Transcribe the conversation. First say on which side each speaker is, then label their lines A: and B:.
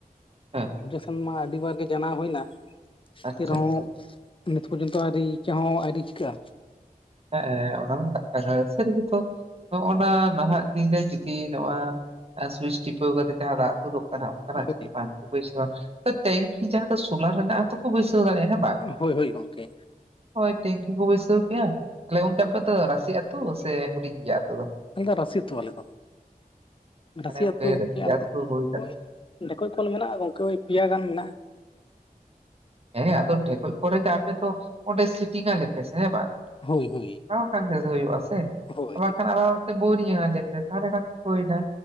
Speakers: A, on the right; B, on the left.
A: ᱦᱮᱸ
B: ᱚᱵᱡᱮᱥᱚᱱ ᱢᱟ ᱟᱹᱰᱤ ᱵᱟᱨ ᱜᱮ ᱡᱟᱱᱟᱣ ᱦᱩᱭ ᱮᱱᱟ
A: ᱟᱪᱪᱷᱟ
B: ᱮᱱᱛᱮ ᱨᱮᱦᱚᱸ
A: ᱟᱪᱪᱷᱟ
B: ᱱᱤᱛ ᱯᱚᱨᱡᱚᱱᱛᱚ ᱟᱹᱣᱨᱤ ᱪᱮᱫ ᱦᱚᱸ ᱟᱹᱣᱨᱤ ᱪᱤᱠᱟᱹᱜᱼᱟ᱾
A: ᱦᱮᱸ ᱚᱱᱟ ᱢᱟ ᱠᱟᱛᱷᱟ ᱜᱮ ᱥᱟᱹᱨᱤ ᱜᱮᱛᱚ ᱱᱚᱜᱼᱚ ᱱᱚᱣᱟ ᱱᱟᱦᱟᱜ ᱫᱤᱱ ᱨᱮ ᱡᱩᱫᱤ ᱱᱚᱣᱟ ᱥᱩᱭᱤᱪ ᱴᱤᱯᱟᱹᱣ ᱠᱟᱛᱮᱜ ᱡᱟᱦᱟᱸ ᱫᱟᱜ ᱛᱩᱫᱩᱜ ᱠᱟᱱᱟ ᱚᱝᱠᱟᱱᱟᱜ
B: ᱦᱳᱭ
A: ᱡᱩᱫᱤ ᱵᱟᱝᱠᱚ ᱵᱟᱹᱭᱥᱟᱹᱣᱟ ᱛᱮ ᱛᱮᱦᱮᱧᱱᱠᱤ ᱡᱟᱦᱟᱸ ᱫᱚ ᱥᱳᱞᱟᱨ ᱨᱮᱱᱟᱜ ᱛᱚᱠᱚ ᱵᱟᱹᱭᱥᱟᱹᱣ ᱫᱟᱲᱮᱜᱼᱟ ᱦᱮᱸ ᱵᱟᱝ?
B: ᱦᱳᱭ ᱦᱳᱭ ᱜᱚᱝᱠᱮ
A: ᱦᱳᱭ ᱴᱷᱝᱠᱤ ᱠᱚ ᱵᱟᱹᱭᱥᱟᱹᱣ ᱠᱮᱭᱟ ᱛᱟᱦᱞᱮ ᱜᱚᱝᱠᱮ ᱟᱯᱮ ᱫᱚ ᱨᱟᱥᱤ ᱟᱹᱛᱩ ᱥᱮ ᱦᱩᱰᱤᱧ ᱜᱮᱭᱟ ᱟᱹᱛᱩ ᱫᱚ?
B: ᱟᱞᱮ ᱫᱚ ᱨᱟᱹᱥᱤ ᱟᱛᱩ ᱟᱞᱮ ᱫᱚ ᱨᱟᱹᱥᱤ
A: ᱢᱟᱱᱮ
B: ᱟᱹᱛᱩ ᱜᱚᱝᱠᱮ
A: ᱨᱟᱹᱥᱤ
B: ᱟᱞᱮ
A: ᱟᱹᱛᱩ
B: ᱫᱚ᱾
A: ᱦᱩᱭ ᱠᱟᱱᱟ
B: ᱦᱳᱭ ᱰᱷᱮᱠᱚᱡ ᱠᱚᱞ ᱢᱮᱱᱟᱜᱼᱟ ᱜᱚᱝᱠᱮ ᱳᱭ ᱯᱮᱭᱟ ᱜᱟᱱ ᱢᱮᱱᱟᱜᱼᱟ᱾
A: ᱦᱮᱸ ᱟᱫᱚ ᱰᱷᱮᱠᱚᱡ ᱠᱚᱞ ᱨᱮᱜᱮ ᱟᱯᱮ ᱫᱚ ᱚᱸᱰᱮ ᱥᱤᱴᱤᱝ ᱟᱞᱮᱯᱮ ᱥᱮ ᱦᱮᱸ ᱵᱟᱝ?
B: ᱦᱳᱭ ᱦᱳᱭ
A: ᱦᱮᱸ ᱵᱟᱠᱷᱟᱱ ᱵᱮᱥ ᱦᱩᱭᱩᱜ ᱟ ᱥᱮ
B: ᱦᱳᱭ
A: ᱵᱟᱝᱠᱷᱟᱱ ᱟᱞᱟᱫᱟ ᱛᱮ ᱵᱤᱨᱤᱫ ᱟᱞᱮ ᱯᱮ ᱛᱟᱦᱟᱞᱮ ᱠᱷᱟᱱ ᱜᱮ ᱦᱩᱭ ᱮᱱᱟ